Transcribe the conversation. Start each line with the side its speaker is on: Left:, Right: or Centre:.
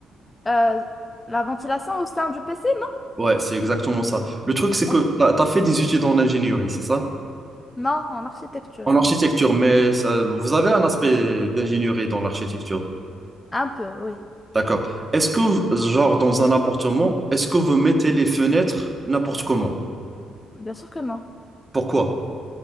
Left: Euh, la ventilation au sein du PC,
Right: Ouais, c'est exactement ça. Le truc, c'est
Left: non?
Right: que
Left: Ok.
Right: tu as, fait des études en ingénierie, c'est ça?
Left: Non, en architecture.
Right: En architecture, mais ça- vous avez un aspect d'ingénierie dans l'architecture.
Left: Un peu, oui.
Right: D'accord. Est-ce que, genre, dans un appartement, est-ce que vous mettez les fenêtres n'importe comment?
Left: Bien sûr que non.
Right: Pourquoi?